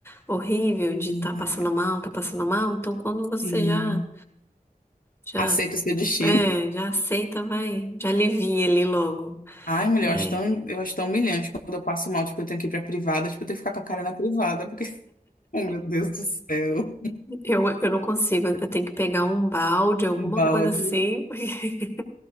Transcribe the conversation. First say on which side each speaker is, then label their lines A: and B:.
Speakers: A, on the left; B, on the left.
A: horrível
B: menina,
A: de tá passando mal, tá passando mal. Então, quando você
B: sim.
A: já, já,
B: Aceito o seu destino.
A: é, já aceita, vai, já alivia ali logo.
B: Ai, mulher,
A: É,
B: eu acho tão, eu acho tão humilhante quando eu passo mal, tipo, eu tenho que ir pra privada, tipo, eu tenho que ficar com a cara na privada, porque, <laughs> oh, meu Deus do céu,
A: eu, eu não consigo, eu tenho que pegar um balde, alguma
B: Um balde.
A: coisa assim, <laughs> porque